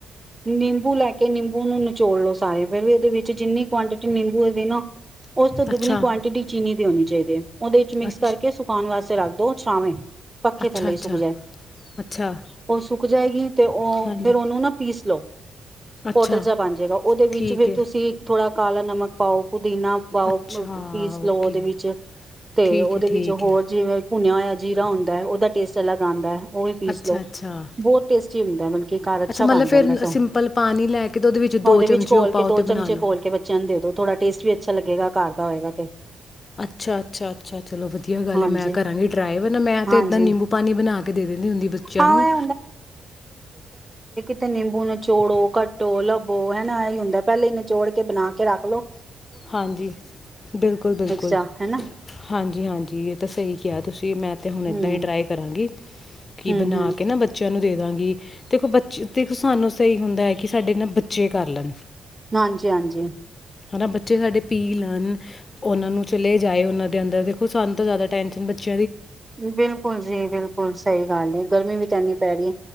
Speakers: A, on the right (about 20°); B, on the left (about 40°).
A: ਨਿੰਬੂ ਲੈ ਕੇ ਨਿੰਬੂ ਨੂੰ ਨਚੋੜ ਲਓ ਸਾਰੇ ਫਿਰਰ ਵੀ ਉਹਦੇ ਵਿੱਚ ਜਿੰਨੀ ਕੁਆਂਟਿਟੀ ਨਿੰਬੂ ਇਹਦੇ ਨਾ ਉਸ ਤੋਂ ਦੁਗਣੀ
B: ਅੱਛਾ
A: ਕੁਆਂਟਿਟੀ ਚੀਨੀ ਦੀ ਹੋਣੀ ਚਾਹੀਦੀ ਹੈ ਉਹਦੇ ਵਿੱਚ ਮਿਕਸ
B: ਅੱਛ
A: ਕਰਕੇ ਸੁਕਾਣ ਵਾਸਤੇ ਰੱਖ ਦੋ ਛਾਵੇ ਪੱਖੇ
B: ਅੱਛਾ
A: ਥੱਲੇ
B: ਅੱਛਾ
A: ਸੁੱਕ ਜਾਏ
B: ਅੱਛਾ
A: ਉਹ ਸੁ ਕੁ ਜਾਏਗੀ ਤੇ ਉਹ
B: ਹਾਂਜੀ
A: ਫੇਰ ਉਹਨੂੰ ਨਾ ਪੀਸ ਲਓ
B: ਅੱਛਾ
A: ਪਾੋਡਰ ਜ ਬਣ ਜਾੇਗਾ ਉਹਦੇ ਵਿੱਚ
B: ਠੀਕ
A: ਫੇਿਰ
B: ਹੈ
A: ਤੁਸੀਂ ਥੋੜ੍ਹਾ ਕਾਲਾ ਨਮਕ ਪਾਉ। ਪੁਦੀਨਾ ਪਾਓ
B: ਅੱਛਾ
A: ਪ-ਪੀਸ
B: ਓਕੇ
A: ਲਓ ਉਹਦੇ ਵਿੱਚ ਤੇ
B: ਠੀਕ
A: ਉਹਦੇ
B: ਹੈ ਠੀਕ
A: ਵਿੱਚ ਹੋਰ
B: ਹੈ
A: ਜਿਵੇਂ ਭੁਣਿਆ ਹੋਇਆ ਜੀਰਾ ਹੁੰਦਾ ਹੈ ਉਹ ਦਾ ਟੇਸਟ ਅਲੱਗ ਆਉਂਦਾ ਹੈ ਉਹ ਵੀ ਪੀਸ
B: ਅੱਛਾ
A: ਲੋਓ
B: ਅੱਛਾ
A: ਬਹੁਤ ਟੇਸਟ ਹੀ ਹੁੰਦਾ ਮਤਲਬ ਅ
B: ਅੱਛਾ ਮਤਲਬ
A: ਬਣ
B: ਫਿਰ
A: ਜਾਂਦਾ ਸੋ
B: ਸਿੰਪਲ ਪਾਣੀ ਲੈ ਕੇ ਤੇ
A: ਉਹਦੇ
B: ਚਮਚੇ
A: ਵਿੱਚ ਘੋਲ
B: ਉਹ ਪਾਓ
A: ਕੇ
B: ਤੇ
A: ਦੋ
B: ਬਣਾ
A: ਚਮਚੇ
B: ਲਓ।
A: ਘੋਲ ਕੇ ਬੱਚਿਆਂ ਨੂੰ ਦੇ ਦੋ ਥੋੜਾ ਟੇਸਟ ਵੀ ਅੱਛਾ ਲੱਗੇਗਾ ਕਰ ਦਾ ਹੋਏਗਾ ਤੇ
B: ਅੱਛਾ ਅੱਛਾ ਅੱਛਾ ਚਲੋ ਵਧੀਆ ਗੱਲ
A: ਹਾਂਜੀ
B: ਹੈ ਮੈਂ ਕਰਾਂਗੀ ਟਰਾਏ ਵ ਨਾ ਮੈਂ
A: ਹਾਂਜੀ
B: ਤੇ ਇੱਦਾਂ ਨਿੰਬੂ ਪਾਣੀ ਬਣਾ ਕੇ ਦੇ ਦਿੰਦੀ ਹੁੰਦੀ ਬੱਚਿਆਂ
A: ਹਾਂ
B: ਨੂੰ।
A: ਇਹ ਤੇ ਨਿੰਬੂ ਨਚੋੜੋ ਕੱਟੋ ਲੱਭੋ ਹਨਾ ਇਹੀ ਹੁੰਦਾ ਪਹਿਲੇ ਹੀ ਨਚੋੜ ਕੇ ਬਣਾ ਕੇ ਰੱਖ ਲੋੋ।
B: ਹਾਂਜੀ ਬਿਲਕੁਲ ਬਿਲਕੁਲ
A: ਜਾਂ ਹਨਾ
B: ਹਾਂਜੀ ਹਾਂਜੀ ਇਹ ਤਾਂ ਸਹੀ ਕਿਹਾ ਤੁਸੀਂ। ਅਤੇ ਮੈਂ ਤਾਂ ਹੁਣ ਇੱਦਾਂ
A: ਹਮ
B: ਹੀ ਟਰਾਈ ਕਰਾਂਗੀ। ਕੀ
A: ਹਮ
B: ਬਣਾ
A: ਹਮ
B: ਕੇ ਨਾ ਬੱਚਿਆਂ ਨੂੰ ਦੇ ਦਾਗੀ ਦੇਖੋ ਬਚੇ ਦੇਖੋ ਸਾਨੂੰ ਸਹੀ ਹੁੰਦਾ ਹੈ ਕਿ ਸਾਡੇ ਨਾ ਬੱਚੇ ਕਰ ਲੈਣ।
A: ਹਾਂਜੀ ਹਾਂਜੀ
B: ਹਨਾ ਬੱਚੇ ਸਾਡੇ ਪੀ ਲੈਣ। ਉਹਨਾਂ ਨੂੰ ਚਲੇ ਜਾਏ ਉਹਨਾਂ ਦੇ ਅੰਦਰ ਦੇਖੋ ਸਾਨੂੰ ਤੋਂ ਜ਼ਿਆਦਾ ਟੈਨਸ਼ਨ ਬਚੇ
A: ਬਿਲਕੁਲ ਜੀ ਬਿਲਕੁਲ ਸਹੀ ਗੱਲ ਨਹੀਂ ਗਰਮੀ ਵੀ ਤਾਂ ਇੰਨੀ ਪੈ ਰਹੀ ਹੈ।